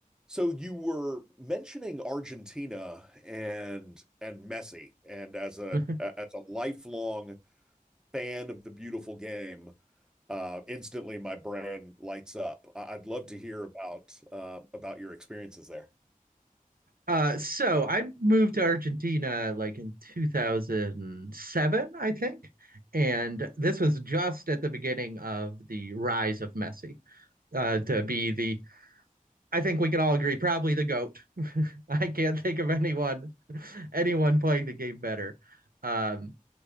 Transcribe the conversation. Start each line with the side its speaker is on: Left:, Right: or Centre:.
Centre: So you were mentioning Argentina and and Messi, and as a
Right: <laughs>
Centre: as a lifelong fan of the beautiful game, uh, instantly my brain lights up. I- I'd love to hear about uh, about your experiences there.
Right: Uh, so I moved to Argentina like in 2007, I think. And this was just at the beginning of the rise of Messi uh, to be the, I think we can all agree, probably the GOAT. <laughs> I can't think of anyone, anyone playing the game better. Um,